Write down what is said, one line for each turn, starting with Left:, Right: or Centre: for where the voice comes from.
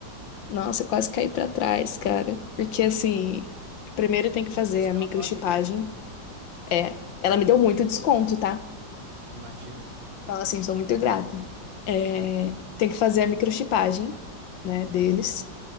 Left: Nossa, eu quase caí para trás, cara, porque assim, primeiro tem que fazer
Right: Isso
Left: a
Right: que
Left: microchipagem.
Right: ela é tua amiga, né?
Left: É, ela me deu muito desconto, tá?
Right: Imagina.
Left: Então assim, sou muito grata. É, tem que fazer a microchipagem, né, deles.